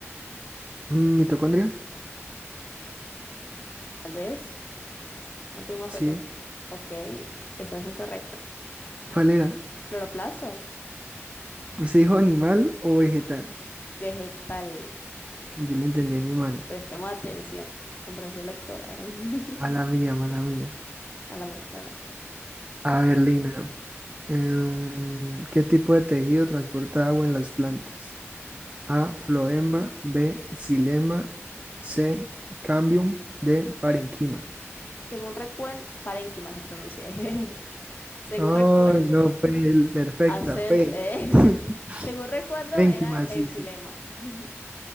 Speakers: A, on the right (about 30°); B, on the left (about 40°).
A: Mm, ¿Mitocondria?
B: Tal vez. Última
A: Sí.
B: pregunta. Ok, estás incorrecto.
A: ¿Cuál era?
B: Cloroplasto.
A: Pues se dijo animal o vegetal.
B: Vegetal.
A: Yo le entendí animal.
B: Prestemos atención. Comprensión lectora, ¿eh? <laughs>
A: Mala mía, mala mía.
B: A la, a la-
A: A ver, Lina. em, ¿qué tipo de tejido transporta agua en las plantas? A, floema, B, xilema, C, cambium, D, parenquima.
B: Según recuerdo, parénquima se pronuncia. <laughs> Según
A: Ay,
B: recuerdo,
A: no, fue el- perfecta,
B: acento.
A: fue.
B: eh.
A: <laughs>
B: <laughs> Según recuerdo,
A: Parenquima,
B: era el
A: sí,
B: exilema.
A: sí.
B: <laughs>